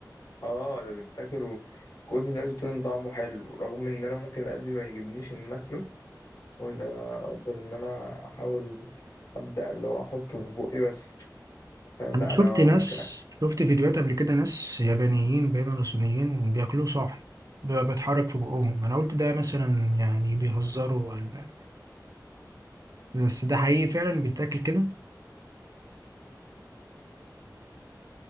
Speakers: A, on the left; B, on the right.
A: اه ده بيتاكل وكل الناس بتقول إن طعمه حلو رغم إن أنا ممكن قلبي ما يجيبنيش إن أنا أكله أو إن أنا أقدر إن أنا أحاول أبدأ اللي هو أحطه في بقي بس فاهم
B: انا
A: لأ
B: شفت
A: أنا
B: ناس
A: ممكن أكله
B: شفت فيديوهات قبل كده ناس يابانيين باين ولا صينيين بياكلوه صاحي بيبقى بيتحرك في بقهم انا قلت ده مثلا يعني بيهزروا ولا بس ده حقيقي فعلا بيتاكل كده